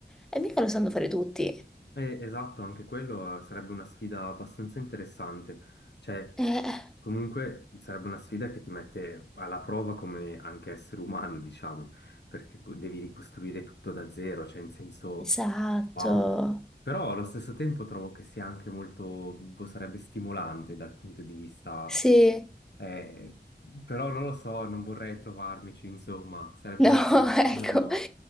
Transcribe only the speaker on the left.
Eh, esatto, anche quello eh, sarebbe una sfida abbastanza interessante. Cioè,
comunque sarebbe una sfida che ti mette alla prova come anche essere umano, diciamo, perché co- devi ricostruire tutto da zero, cioè in senso,
wow. Però allo stesso tempo trovo che sia anche molto, boh, sarebbe stimolante dal punto di vista
Eh, però non lo so, non vorrei trovarmici, insomma, sarebbe
uno
scenario